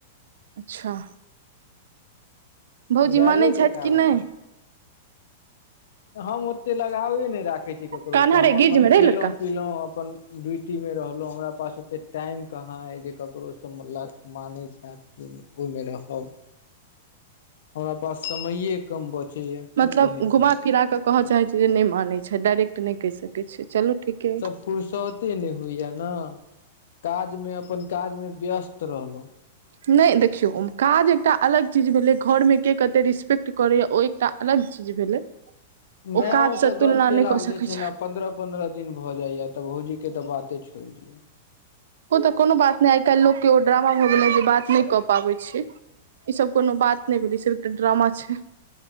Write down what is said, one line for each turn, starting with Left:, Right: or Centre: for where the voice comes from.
Right: अच्छा भौजी
Left: गायरे
Right: मानै छैथ
Left: जकाँ
Right: की
Left: भेलै
Right: नै
Left: हम ओतेक लगावे नहि राखैत छी ककरो
Right: कान्हा
Left: सँ हम
Right: रे
Left: अपन
Right: गिर जेमे
Left: खेलो
Right: रे लड़का
Left: खेलोउ अपन ड्यूटी में रहलहुँ हमरा पास ओते टाइम कहाँ अई जे ककरो सँ मानैत छैथ की ओहि में रहब हमरा पास समये कम बचै या
Right: मतलब
Left: की कहै
Right: घुमा
Left: छी
Right: फिरा कऽ कहऽ चाहैत छी जे नहि मानैत छै डायरेक्ट नहि कहि सकैत छी चलू ठीके अइ
Left: फुुरसते नहि होइए ना काजमे अपन काजमे व्यस्त रहलहुँ
Right: ने देखियौ ओ काज एकटा अलग चीज भेलै घर में के कते रिस्पेक्ट करैए ओहि एक्टा अलग चीज भेलै
Left: मैय
Right: काजसँ
Left: ओ से
Right: तुलना
Left: गप्प केला
Right: नहि कऽ
Left: बुझैय
Right: सकैत
Left: छै पन्द्रह पन्द्रह दिन भऽ जाइया तऽ भौजी के तऽ बाते छोड़ि दिऔ
Right: ओ तऽ कोनो बात नहि आइ काल्हि लोक के ओ ड्रामा भऽ गेलै जे बात नहि कऽ पाबै छै ई सब कोनो बात नहि भेलै ई सिर्फ ड्रामा छै